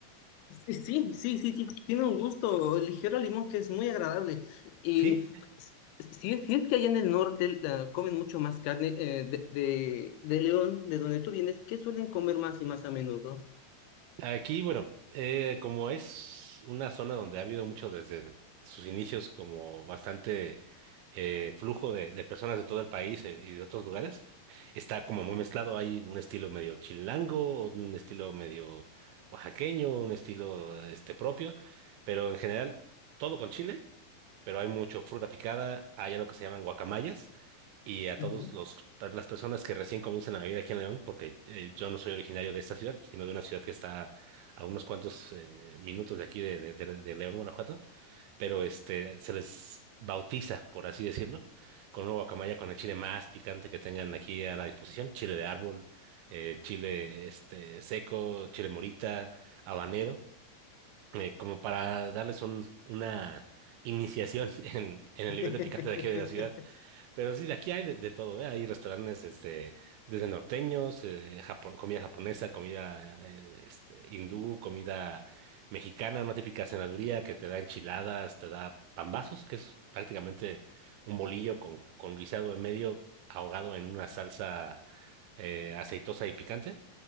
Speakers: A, on the left; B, on the right.
A: Sí, sí, sí, sí, ti- tiene un gusto ligero al limón que es muy agradable. Y
B: Sí,
A: s- si es, si es que allá en el norte la, comen mucho más carne eh, de, de, de León, de donde tú vienes, ¿qué suelen comer más y más a menudo?
B: aquí, bueno, eh, como es una zona donde ha habido mucho desde sus inicios como bastante eh, flujo de, de personas de todo el país eh, y de otros lugares, está como muy mezclado, hay un estilo medio chilango, un estilo medio oaxaqueño, un estilo este propio, pero en general todo con chile pero hay mucho fruta picada, hay algo que se llaman guacamayas, y a
A: Ujú.
B: todos los, a las personas que recién comienzan a vivir aquí en León, porque eh, yo no soy originario de esta ciudad, sino de una ciudad que está a unos cuantos eh, minutos de aquí de, de, de- de León, Guanajuato, pero este se les bautiza, por así decirlo, con una guacamaya con el chile más picante que tengan aquí a la disposición, chile de árbol, eh, chile este seco, chile morita, habanero eh, como para darles un, una iniciación <laughs> en, en el
A: <laughs>
B: nivel de picante de aquí de la ciudad. Pero sí, de aquí hay de, de todo, ¿eh? Hay restaurantes este, desde norteños, eh, Japón, comida japonesa, comida eh, este, hindú, comida mexicana, una típica cenaduría que te da enchiladas, te da pambazos, que es prácticamente un bolillo con, con guisado en medio, ahogado en una salsa eh, aceitosa y picante.